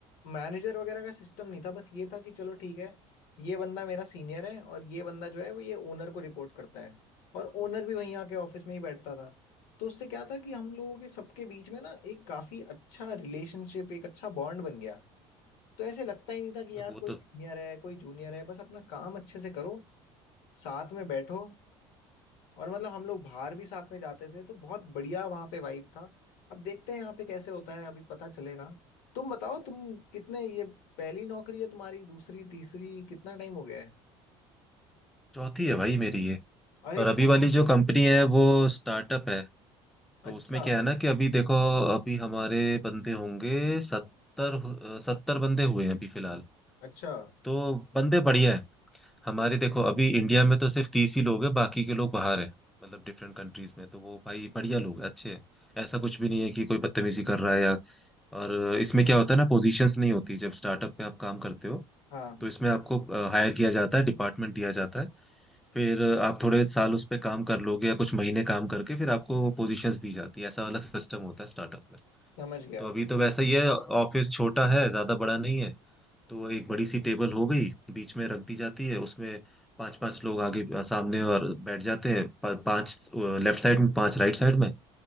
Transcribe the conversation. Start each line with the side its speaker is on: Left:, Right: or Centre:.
Left: मैनेजर वगैरह का सिस्टम नहीं था बस ये था कि चलो ठीक है ये बंदा मेरा सीनियर है और ये बंदा जो है वो ये ओनर को रिपोर्ट करता है और ओनर भी वहीं आके ऑफिस में ही बैठता था तो उससे क्या था कि हम लोगों के सबके बीच में ना एक काफी अच्छा रिलेशनशिप एक अच्छा बॉन्ड बन गया तो ऐसे लगता ही नहीं था कि यार
Centre: वो
Left: कोई
Centre: तो
Left: सीनियर है कोई जूनियर है बस अपना काम अच्छे से करो साथ में बैठो और मतलब हम लोग बाहर भी साथ में जाते थे तो बहुत बढ़िया वहां पे वाइब था अब देखते हैं यहाँ पे कैसे होता है अभी पता चलेगा तुम बताओ तुम कितने ये पहली नौकरी है तुम्हारी दूसरी तीसरी कितना टाइम हो गया है
Centre: चौथी है भाई मेरी ये
Left: अरे
Centre: और
Left: क्या
Centre: अभी वाली जो कंपनी है वो स्टार्टअप है
Left: अच्छा
Centre: तो उसमें क्या है ना कि अभी देखो अभी हमारे बंदे होंगे सत्तर सत्तर बंदे हुए हैं अभी फिलहाल
Left: अच्छा
Centre: तो बंदे बढ़िया है हमारे देखो अभी इंडिया में तो सिर्फ तीस ही लोग हैं बाकी के लोग बाहर हैं मतलब डिफरेंट कंट्रीज में तो वो भाई बढ़िया लोग हैं अच्छे हैं ऐसा कुछ भी नहीं है कि कोई बदतमीजी कर रहा है या और इसमें क्या होता है ना पोजीशंस नहीं होती जब स्टार्टअप में आप काम करते हो
Left: हाँ
Centre: तो इसमें आपको हायर किया जाता है डिपार्टमेंट दिया जाता है फिर आप थोड़े साल उस पर काम कर लोगे या कुछ महीने काम करके फिर आपको पोजीशंस दी जाती है ऐसा वाला सिस्टम होता है स्टार्टअप में
Left: समझ गया
Centre: तो अभी तो वैसा ही है ऑफिस छोटा है ज्यादा बड़ा नहीं है तो एक बड़ी सी टेबल हो गई बीच में रख दी जाती है उसमें पांच पांच लोग आगे सामने और बैठ जाते हैं प- पांच लेफ्ट साइड में पांच राइट साइड में